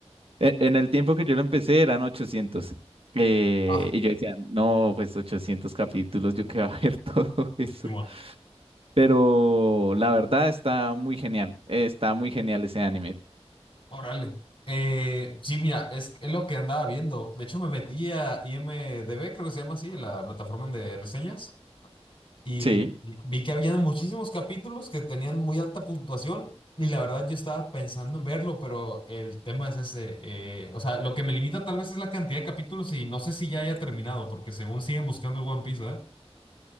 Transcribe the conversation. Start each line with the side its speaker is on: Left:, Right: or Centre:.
Right: e- en el tiempo que yo lo empecé eran 800. eh,
Left: Ah,
Right: y yo decía, no, pues 800 capítulos, yo qué va a ver <laughs> todo eso.
Left: Simón.
Right: Pero la verdad está muy genial. eh, Está muy genial ese anime.
Left: Órale. Eh, sí, mira, es, es lo que andaba viendo. De hecho, me metí a IMDb, creo que se llama así, la plataforma de reseñas, Y
Right: Sí.
Left: y vi que habían muchísimos capítulos que tenían muy alta puntuación y la verdad yo estaba pensando en verlo, pero el tema es ese. eh, o sea, lo que me limita tal vez es la cantidad de capítulos y no sé si ya haya terminado, porque según siguen buscando el One Piece, ¿eh?